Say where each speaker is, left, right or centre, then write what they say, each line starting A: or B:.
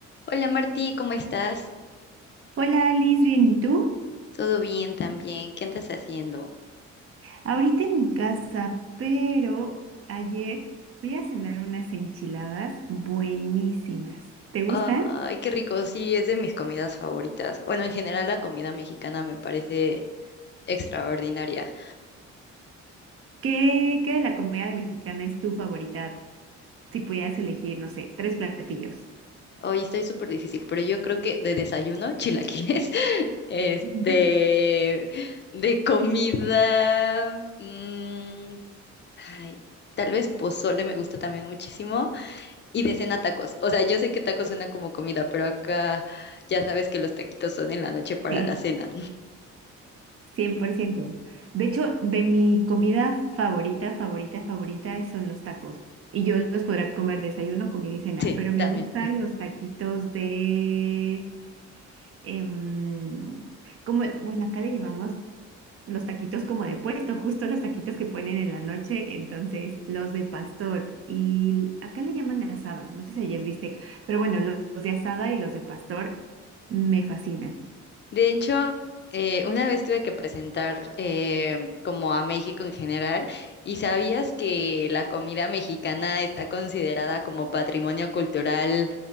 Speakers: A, on the left; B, on the right.
A: Hola Martí, ¿cómo estás?
B: Hola Alice, ¿bien y tú?
A: ¿Todo bien también? ¿Qué andas haciendo?
B: Ahorita en mi casa, pero ayer fui a cenar unas enchiladas buenísimas. ¿Te gustan?
A: Ay, qué rico, sí, es de mis comidas favoritas. Bueno, en general la comida mexicana me parece extraordinaria.
B: ¿Qué, qué de la comida mexicana es tu favorita? Si pudieras elegir, no sé, tres platillos.
A: Hoy estoy súper difícil, pero yo creo que de desayuno, chilaquiles, <laughs> este,
B: Ujú.
A: de comida, mm, ay, tal vez pozole me gusta también muchísimo y de cena tacos. O sea, yo sé que tacos suena como comida, pero acá ya sabes que los taquitos son en la noche para
B: Sí,
A: la cena.
B: 100%. De hecho, de mi comida favorita, favorita, favorita son los tacos. Y yo los podrá comer desayuno, comida y cena,
A: Sí,
B: pero me
A: también.
B: gustan los taquitos de em, como, el- bueno, acá le llamamos los taquitos como de puesto, justo los taquitos que ponen en la noche, entonces los de pastor. Y l- acá le llaman asada, no sé si allí es bistec, pero bueno, lo- los, de asada y los de pastor me fascinan,
A: De hecho, eh, una vez tuve que presentar eh, como a México en general, y sabías que la comida mexicana está considerada como patrimonio cultural